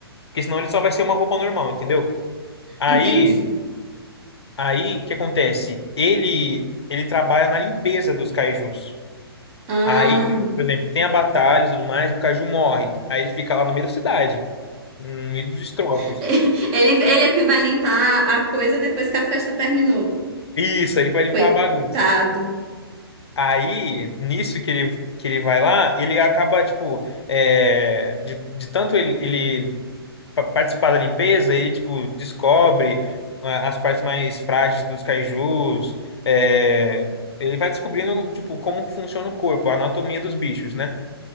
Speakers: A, on the left (about 80°); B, on the right (about 25°).
A: porque senão ele só vai ser uma roupa normal, entendeu? Aí
B: entendi.
A: Aí, o que acontece? Ele ele trabalha na limpeza dos cajus.
B: Ah,
A: Aí, por exemplo, tem a batalha e tudo mais, o caju morre. Aí ele fica lá no meio da cidade, no meio dos destroços.
B: <laughs> ele, ele é o que vai limpar a coisa depois que a festa terminou.
A: Isso, aí ele vai limpar
B: Coitado.
A: a bagunça. Aí, nisso que ele, que ele vai lá, ele acaba, tipo, é, de, de tanto ele, ele pa- participar da limpeza, ele, tipo, descobre ah, as partes mais frágeis dos kaijus, é, ele vai descobrindo, tipo, como que funciona o corpo, a anatomia dos bichos, né?